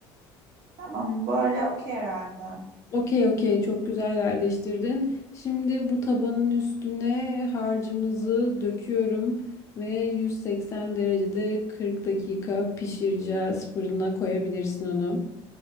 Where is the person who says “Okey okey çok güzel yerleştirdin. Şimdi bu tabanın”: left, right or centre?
Left